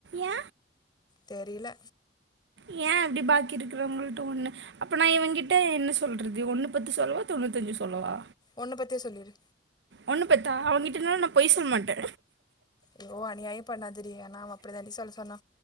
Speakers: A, on the right (about 80°); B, on the left (about 25°).
A: ஏ
B: தெரியல
A: ஏ அப்பிடி பாக்கி இருக்குறவங்கள்ட்ட ஒண்ணு அப்ப நா இவன் கிட்ட என்ன சொல்றது ஒண்ணு பத்து சொல்லவா தொண்ணூத்தஞ்சு சொல்லவா
B: ஒன்னு பத்தே சொல்லிரு
A: ஒண்ணு பத்தா அவ்கிட்டனா நா பொய் சொல்லமாட்டே
B: ஐயோ அநியாயோ பண்ணாதரி ஆனா அப்பிடி தாண்டி சொல்ல சொன்னா